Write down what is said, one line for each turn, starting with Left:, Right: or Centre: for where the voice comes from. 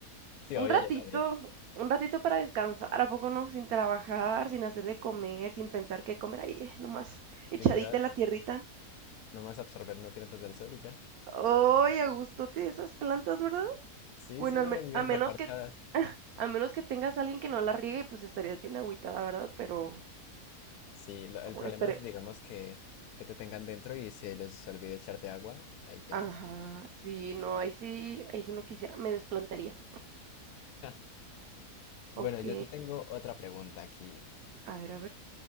Left: Sí, obvio,
Right: Un ratito,
Left: yo también.
Right: un ratito para descansar, ¿a poco no? Sin trabajar, sin hacer de comer, sin pensar qué comer, ahí, eh, nomás echadita
Left: Literal,
Right: en la tierrita.
Left: nomás absorber nutrientes del sol y ya.
Right: Ay, a gustote esas plantas, ¿verdad?
Left: Sí,
Right: Bueno,
Left: sí,
Right: al
Left: no,
Right: me-
Left: viven
Right: a menos
Left: reparchadas.
Right: que <laughs> a menos que tengas a alguien que no la riegue, pues estarías bien agüitada, ¿verdad? Pero
Left: Sí, lo- el
Right: o
Left: problema
Right: espere,
Left: es, digamos, que, que te tengan dentro y se les olvide echarte agua. Ahí, ¿qué
Right: ajá,
Left: haces?
Right: sí, no, ahí sí, ahí sí no quisiera, me desplantaría.
Left: <laughs> Bueno,
Right: Ok,
Left: yo te tengo otra pregunta aquí.
Right: a ver, a ver.